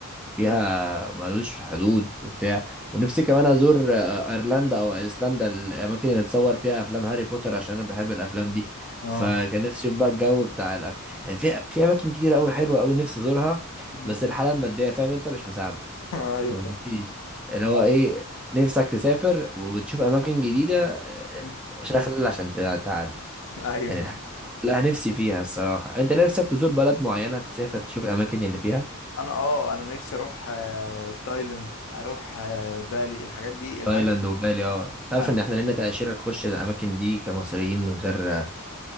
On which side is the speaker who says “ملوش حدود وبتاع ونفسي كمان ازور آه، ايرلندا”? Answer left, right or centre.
Centre